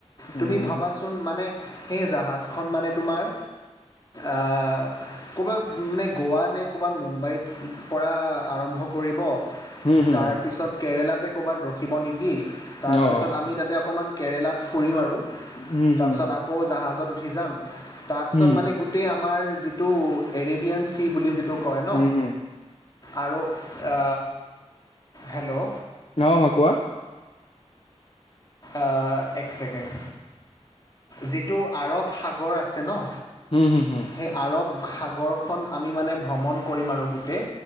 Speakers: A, on the left; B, on the left.
A: উম,
B: তুমি ভাবাচোন মানে সেই জাহাজ খন মানে তোমাৰ আ ক'ৰবাত নে গোৱা নে ক'ৰবাত মুম্বাইত পৰা আৰম্ভ কৰিব।
A: হুম, হুম,
B: তাৰপিছত
A: হুম,
B: কেৰেলাতে ক'বাত ৰখিব নেকি?
A: অ',
B: তাৰপিছত
A: অ', অ।
B: আমি তাতে অকণমান কেৰেলাত ফুৰিম আৰু
A: উম,
B: তাৰপিছত
A: হুম,
B: আকৌ জাহাজত উঠি যাম, তাৰপিছত
A: হুম,
B: মানে গো গোটেই আমাৰ যিটো এৰেবিয়ান চি বুলি যিটো কয় ন
A: হুম, হুম,
B: আৰু আ হেল্ল'।
A: নাও হাকুৱা।
B: আ এক ছেকেণ্ড যিটো আৰব সাগৰ আছে ন
A: হুম হুম হুম।
B: সেই আৰৱ সাগৰখন আমি মানে ভ্ৰমণ কৰিম আৰু গোটেই